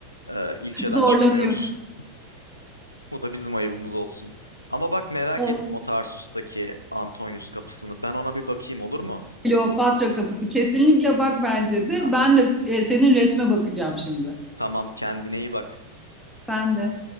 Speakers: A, on the left (about 80°); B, in the centre.
A: e, ilçeden
B: Zorlanıyoruz.
A: çıkamıyoruz. <laughs> Bu da bizim ayıbımız olsun. Ama bak merak
B: Olsun.
A: ettim o Tarsus'taki Antonius kapısını. Ben ona bir bakayım olur mu?
B: Kleopatra kapısı kesinlikle bak bence de.
A: Ha,
B: Ben de e, senin resme bakacağım şimdi.
A: tamam kendine iyi bak.
B: Sen de.